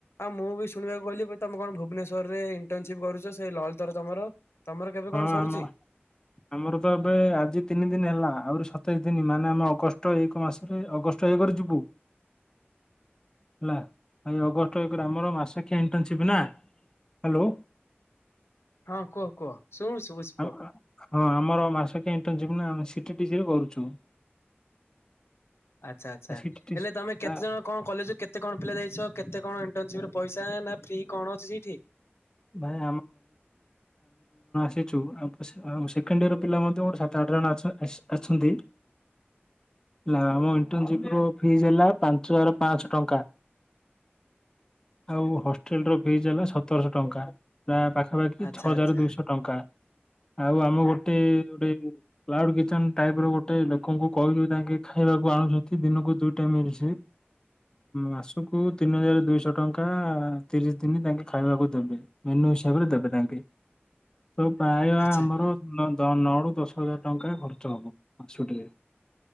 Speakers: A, on the left; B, on the left.
A: ଆଉ ମୁଁ ବି ଶୁଣିବାକୁ କହିଲି ତମେ କଣ ଭୁବେଶ୍ୱର ରେ ଇଣ୍ଟନସିପ୍ କରୁଚ ସେ ଲଳିତ ର ତମର। ତମର କେବେ
B: ହଁ
A: କଣ ସରୁଚି?
B: ଆମ ଆମର ତ ଏବେ ଆଜି ତିନି ଦିନ ହେଲା ଆହୁରି ସତେଇଶ ଦିନ ମାନେ ଆମେ ଅଗଷ୍ଟ ଏକ ମାସରେ ଅକ୍ ଅଗଷ୍ଟ ଏକରେ ଯିବୁ। ହେଲା ଅଗଷ୍ଟ ଏକରେ ଆମର ମାସିଖିଆ ଇଣ୍ଟନସିପ ନା। ହାଲୋ।।
A: ହଁ କୁହ କୁହ। ଶୁଣୁ ଶୁଭୁଛି କୁହ
B: ହଁ ଆମର ମାସକିଆ ଇଣ୍ଟନସିପନା ଟିକେ ଟିଜିରେ କରୁଛୁ।
A: ଆଚ୍ଛା ଆଚ୍ଛା
B: ସିଟିଟିସି
A: ହେଲେ ତମେ କେତେ
B: ତା
A: ଜଣ କଣ କଲେଜ କେତେ କଣ ପିଲା ଯାଇଛ କେତେ କଣ <unintelligible> ପଇସା ନା ଫ୍ରି କଣ ଅଛି ସେଇଠି।
B: ଭାଇ ତେଛୁ ଆଉ ସେ ଆଉ ସେଖେଣ୍ଡଇୟର ପିଲା ମଧ୍ୟ୍ୟ ସାତ ଆଠ ଜଣ ଅଛ ଅ-ଅଛନ୍ତି। ଲା ଆମ ଇଣ୍ଟନସିପ ରୁ ଫିସ୍ ହେଲା ପାଞ୍ଚ ହଜାର ପାଆଁଶ ଟଙ୍କା। ଆଉ ହଷ୍ଟେଲ ର ଫିସ୍ ହେଲା ସତରଶହ ଟଙ୍କା। ତା ପାଖାପାଖି
A: ଆଚ୍ଛା
B: ଛଅ ହଜାର
A: ଆଚ୍ଛା
B: ଦୁଇଶ ଟଙ୍କା। ଆଉ ଆମେ ଗୋଟେ ଗୋଟେ କ୍ଲାଉଡ କିଚେନ ଟାଇପର ଗୋଟେ ଲୋକଙ୍କୁ କହିଲୁ ତାଙ୍କେ ଖାଇବାକୁ ଆଣୁଚନ୍ତି ଦିନକୁ ଦୁଇଟା ମେଡିସନ ମାସକୁ ତିନି ହଜାର ଦୁଇଶହ ଟଙ୍କା ଆ ତିରିଶ ଦିନ ତାଙ୍କେ ଖାଇବାକୁ ଦେବେ ମେନୁ ହିସାବରେ ଦେବେ ତାଙ୍କେ ତ ପ୍ରାୟ
A: ଆଚ୍ଛା
B: ଆମର ନ ତ ନଅରୁ ଦଶ ହଜାର ଟଙ୍କାରେ ଖର୍ଚ୍ଚ ହେବ ମାସୁଟିରେ ।